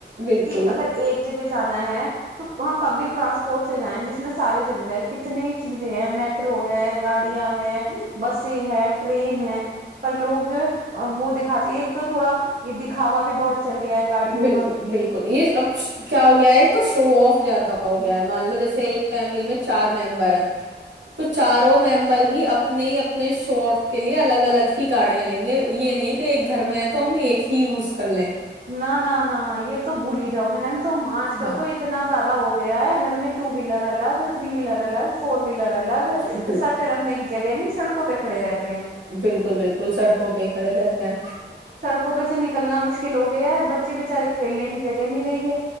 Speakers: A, on the right; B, on the right.
A: بالکل
B: کہ اگر ایک جگہ جانا ہے تو ہم پبلک ٹرانسپورٹ سے جائیں جس میں سارے چلے جائیں کتنی چیزیں ہے میٹرو ہے گاڑیاں ہے بس ہے ٹرین ہے پر لوگ جو وہ دیک ات ایک تو تھوڑا یہ دکھاوا بھی بہت چل گیا ہے گاڑیوں
A: بالکل
B: کا
A: بالکل یہ اب کیا ہو گیا ہے ایک تو شو آف زیادہ ہو گیا ہے مان لو جیسے ایک فیملی میں چار ممبر ہیں تو چاروں مم ہی اپنے ہی اپنے شو آف کے لیے الگ الگ ہی گاڑیاں لیں گے یہ نہیں ہے کہ ایک گھر میں ہے تو ہم ایک ہی یوز کر لیں
B: نہ نہ نہ یہ تو بھول ہی جاؤ بہن ت آج
A: ہاں
B: کل تو اتنا زیادہ ہو گیا ہے گھر میں ٹو ویلر الگ تھری ویلر الگ فور ویلر لا الگ
A: بالکل
B: سر پ رکھنے کی جگہ نہیں سڑکوں پہ کڑے رہتے ہیں
A: بالکل بالکل سڑکوں پہ ہی کھڑے رہتے ہیں
B: سڑکوں پہ سے نکلنا مشکل ہو گیا ہے ب بچے بےچارے کھینے کی جگہ نہیں رہی ہے